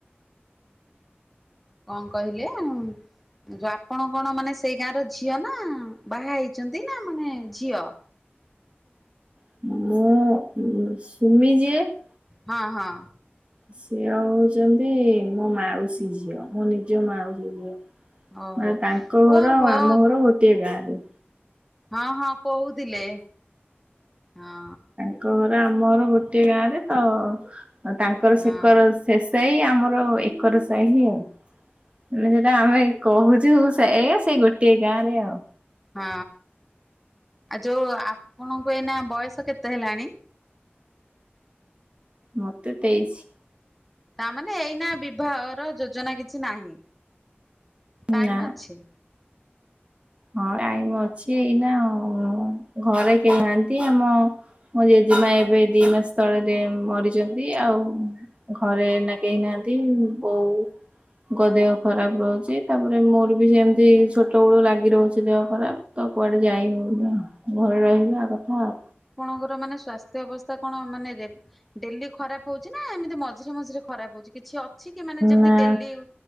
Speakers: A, in the centre; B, on the right.
A: କଣ କହିଲେ? ଯୋଉ ଆପଣ କଣ ମାନେ ସେଇ ଗାଁର ଝିଅ ନା ବାହା ହେଇଛନ୍ତି ନା ମାନେ ଝିଅ?
B: ମୁଁ ଇ ଇ ଡି ଶ୍ ସୁମି ଯିଏ
A: ହଁ ହଁ
B: ସିଏ ଆ ହଉଛନ୍ତି ମୋ ମାଉସୀ ଝିଅ ମୋ ନିଜ ମାଉସୀ ଝିଅ
A: ଓହୋ
B: ଏ ତାଙ୍କ ଘର
A: ଓହୋ
B: ଆଉ ଆମ ଘର ଗୋଟିଏ ଗାଁରେ
A: ହଁ ହଁ କହୁଥିଲେ ହଁ
B: ତାଙ୍କ ଘର ଆମର ଗୋଟେ ଗାଁରେ ତ ତାଙ୍କର
A: ହଁ
B: ସେକର ଶେସାହି ଆମର ଏକର ସାହି ଆଉ ମାନେ ଯୋଉଟା ଆମେ କହୁଛୁ ସେ ସେଇ ଗୋଟଏ ଗାଁରେ ଆଉ
A: ହଁ ଆଉ ଯୋଉ ଆପଣଙ୍କୁ ଏଇନା ବୟସ କେତେ ହେଲାଣି?
B: ମତେ ତେଇଶୀ
A: ତାମାନେ ଏଇନା ବିବାହର ଯୋଜନା କିଛି ନାହିଁ ଟାଇମ
B: ନା।
A: ଅଛି।
B: ହଁ ଟାଇମ ଅଛି ଏଇନା ଆଉ ଘରେ କେହି ନାହାନ୍ତି ଆମ ମୋ ଜେଜେମା ଏବେ ଦି ମାସ ତଳେରେ ମରିଛନ୍ତି ଆଉ ଘରେ ଏଇନା କେହି ନାହାନ୍ତି ବୋଉ ଙ୍କ ଦେହ ଖରାପ ରହୁଛି ତାପରେ ମୋର ବି ସେମିତି ଛୋଟ ବେଳୁ ଲାଗ ଗି ରହୁଛି ଦେହ ଖରାପ ତ କୁଆଡ଼େ ଯାଇ ହେଉନି ଆଉ ଘରେ ରହିଲା କଥା ଆଉ
A: ଆପଣଙ୍କର ମାନେ ସ୍ଵାସ୍ଥ୍ୟ ଅବସ୍ଥା କଣ ମାନେ ରେ ଡେଲି ଖରାପ ହଉଛି ନା ଏମିତି ମଝିରେ ମଝିରେ ଖରାପ ହଉଛି କିଛି ଅ? ଅଛି କି ମାନେ ଯେମିତି
B: ନା
A: ଡେଲି ଉ